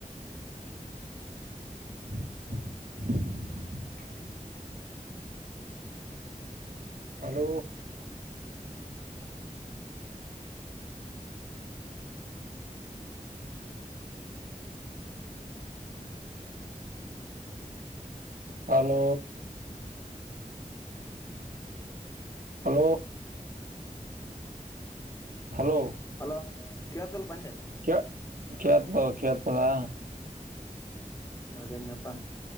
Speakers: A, on the right; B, on the left.
A: <inaudible> hello hello hello hello
B: hello ಕೇಳ್ದಲ್ ಪಂದೇ
A: ಕೆ ಕೇತ ಕೇತದಾ
B: ಅದನಪ್ಪಾ